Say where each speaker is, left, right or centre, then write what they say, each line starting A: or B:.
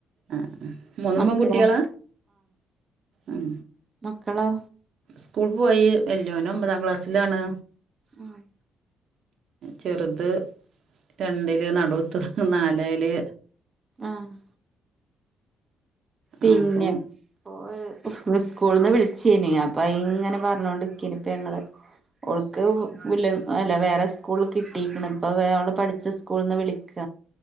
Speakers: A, on the right (about 65°); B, on the right (about 25°).
A: ആഹ് മൂന്നും
B: മക്കളോ
A: പെൺകുട്ടികളാ ഉം
B: മക്കളാ
A: സ്കൂൾ പോയി വല്യോനൊമ്പതാം ക്ലാസ്സിലാണ്
B: ആഹ്
A: ചെറുത് രണ്ടില് നടുവത്തത് നാലായില്
B: ആഹ്‌ പിന്നെ
A: അപ്പൊ
B: ഓ സ്കൂളിന്ന് വിളിച്ചേനി അപ്പ ഇങ്ങനെ പറഞ്ഞോണ്ട് ഇക്കേന് ഇപ്പ ഞങ്ങള് ഓൾക്ക് വില്ല അല്ല വേറെ സ്കൂള് കിട്ടീക്കിണ് ഇപ്പം വേ അവള് പഠിച്ച സ്കൂള്ന്ന് വിളിക്ക